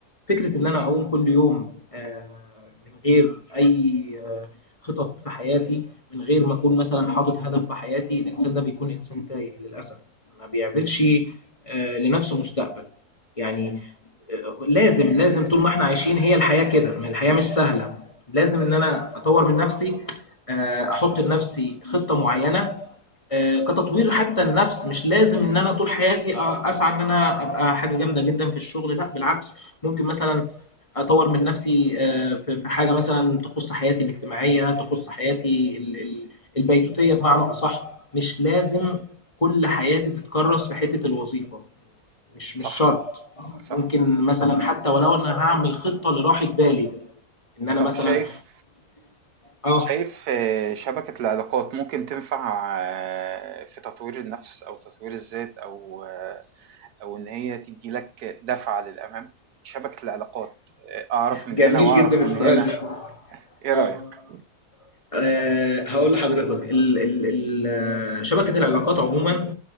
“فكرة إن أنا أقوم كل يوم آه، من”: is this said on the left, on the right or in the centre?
Left